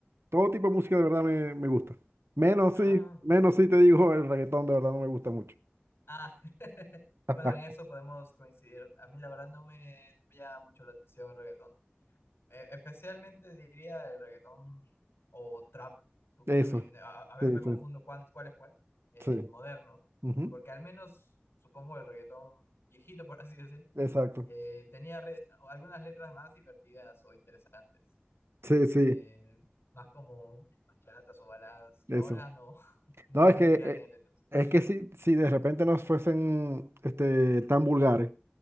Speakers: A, on the right; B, on the left.
A: todo tipo de música de verdad me, me gusta. Menos
B: Ah,
A: sí, menos sí te digo, el reggaetón de verdad no me gusta mucho.
B: ah, <laughs>
A: <laughs>
B: bueno, en eso podemos coincidir. A mí la verdad no me, me llama mucho la atención el reggaetón. e- especialmente diría el reggaetón o trap, porque
A: Eso,
B: también a, a veces
A: sí,
B: me confundo
A: sí,
B: cuán- cuál es cuál, el
A: sí.
B: moderno,
A: ujú,
B: porque al menos supongo el reggaetón viejito, por así decir,
A: Exacto.
B: eh, tenía re- algunas letras más divertidas o interesantes,
A: Sí, sí,
B: eh, más como bachatas o baladas.
A: eso.
B: Ahora no, <laughs> no,
A: No,
B: ni
A: es que
B: siquiera
A: eh,
B: tiene letras.
A: es que si, si de repente no fuesen este, tan vulgares,